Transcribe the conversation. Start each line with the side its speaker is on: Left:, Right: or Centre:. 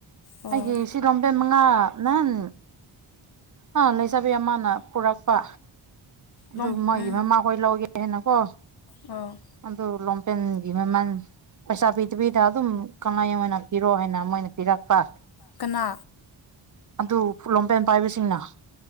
Left: ꯑꯣ
Right: ꯑꯩꯒꯤ ꯁꯤꯂꯝꯕꯦꯟ ꯃꯉꯥ ꯅꯍꯟ ꯑ ꯂꯩꯁꯥꯕꯤ ꯑꯃꯅ ꯄꯨꯔꯛꯄ ꯑꯗꯨ
Left: ꯂꯣꯝ
Right: ꯃꯥꯒꯤ
Left: ꯎꯝ
Right: ꯃꯃꯥꯈꯣꯏ ꯂꯧꯒꯦ ꯍꯥꯏꯅꯀꯣ
Left: ꯑꯣ
Right: ꯑꯗꯨ ꯂꯣꯝꯄꯦꯟꯒꯤ ꯃꯦꯃꯥꯟ ꯄꯩꯁꯥ ꯄꯤꯗꯕꯤꯗ ꯑꯗꯨꯝ ꯀꯪꯂꯥꯌꯦꯟ ꯑꯣꯏꯅ ꯄꯤꯔꯣ ꯍꯥꯏꯅ ꯃꯣꯏꯅ ꯄꯤꯔꯛꯄ
Left: ꯀꯅꯥ
Right: ꯑꯗꯨ ꯐꯨꯠꯂꯣꯝꯄꯦꯟ ꯄꯥꯏꯕꯁꯤꯡꯅ